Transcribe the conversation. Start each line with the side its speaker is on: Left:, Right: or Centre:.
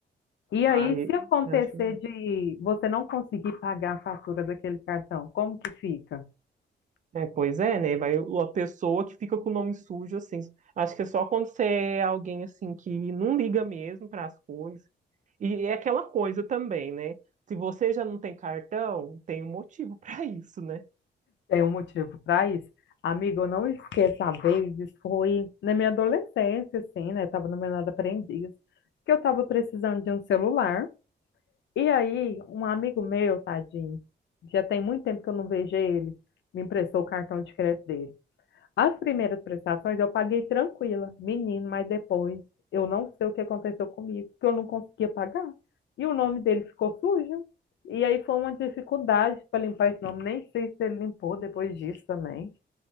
Left: E
Right: Aí,
Left: aí, se acontecer
Right: acho.
Left: de você não conseguir pagar a fatura daquele cartão, como que fica?
Right: É, pois é, né? Vai a pessoa que fica com o nome sujo, assim. Acho que é só quando você é alguém, assim, que não liga mesmo para as coisas. E é aquela coisa também, né? Se você já não tem cartão, tem um motivo <laughs> para isso, né?
Left: Tem um motivo para isso? Amigo, eu não esqueço a vez, isso foi na minha adolescência, assim, né? Tava no menor aprendiz, que eu tava precisando de um celular. E aí, um amigo meu, tadinho, já tem muito tempo que eu não vejo ele, me emprestou o cartão de crédito dele. As primeiras prestações eu paguei tranquila, menino, mas depois eu não sei o que aconteceu comigo, que eu não conseguia pagar. E o nome dele ficou sujo. E aí foi uma dificuldade para limpar esse nome. Nem sei se ele limpou depois disso também.